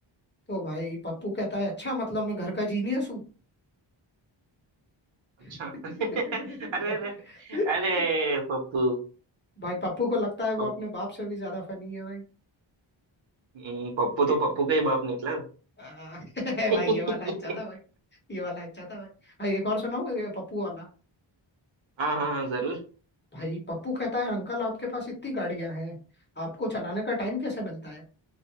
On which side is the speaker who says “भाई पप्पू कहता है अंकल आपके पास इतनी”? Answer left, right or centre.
Left